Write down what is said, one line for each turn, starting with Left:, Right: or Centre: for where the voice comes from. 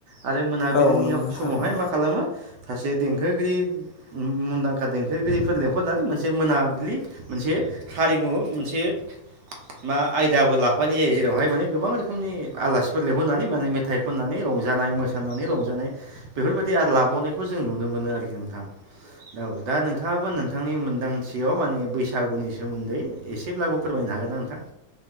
Right: आरो मोनाबिलिनि
Left: औ नंगौ नोंथां
Right: समावहाय
Left: थारैनो
Right: मा खालामो सासे देंखोगिरि मुंदांखा देंखो खोगिरिफोर लेंहरनानै मोनसे मोनाबिलि मोनसे हारिमु मोनसे मा आयदाबो लाफानाय जायो जेरावहाय माने गोबां रोखोमनि आलासिफोर लेंंहरनानै माने मेथाइ खननानै रं रंजानाय मोसानानै रंजानाय बेफोरबायदि आरो लाबावनायखौ जों नुनो मोनो आरोखि नोंथां औ दा नोंथाङाबो नों नोंथांनि मोनदांथियाव माने बैसागुनि सोमोन्दै एसेब्लाबो फोरमायनो हागोन ना नोंथां